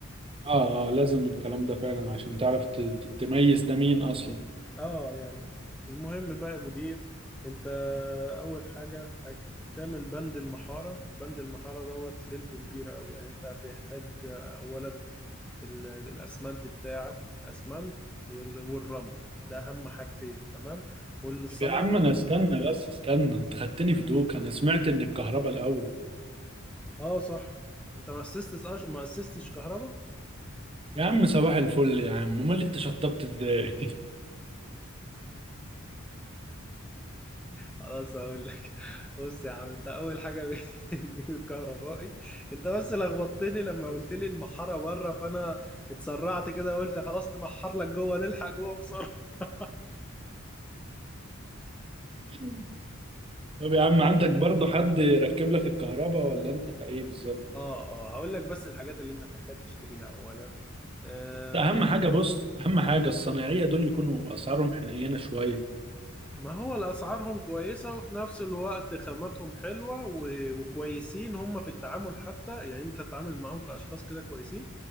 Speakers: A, on the right (about 25°); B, in the centre.
A: اه اه لازم الكلام ده فعلا عشان تعرف ت- ت- تميز ده مين اصلا
B: اه يعني المهم بقى يا مدير انت اول حاجه هج- بتعمل بند المحاره البند المحاره دوت ليلته كبيره قوي يعني انت بيحتاج اولا ال- الاسمنت بتاعه اسمنت وال- والرمل ده اهم حاجتين تمام والصنايعي
A: طب يا عم انا استنى بس استنى انت خدتني في دوك انا سمعت ان الكهرباء الاول
B: اه صح انت ما اسستش ما اسستش كهرباء
A: يا عم صباح الفل يا عم امال انت شطبت ازاي
B: خلاص هقول لك <laughs> بص يا عم انت اول حاجه بتجيب <laughs> الكهربائي انت بس لخبطتني لما قلت لي المحاره بره فانا اتسرعت كده قلت خلاص نمحر لك جوه نلحق جوه بسرعه <laughs>
A: <laughs> طب يا عم عندك برضو حد يركب لك الكهرباء ولا انت ايه بالظبط
B: اه اه هقول لك بس الحاجات اللي انت بتحتاج تشتريها اولا آه
A: بس اهم
B: بتج-
A: حاجه بص اهم حاجه الصنايعيه دول يكونوا اسعارهم حنينه شويه
B: ما هو الاسعارهم كويسه وفي نفس الوقت خاماتهم حلوه و- وكويسين هم في التعامل حتى يعني انت تتعامل معاهم كاشخاص كده كويسين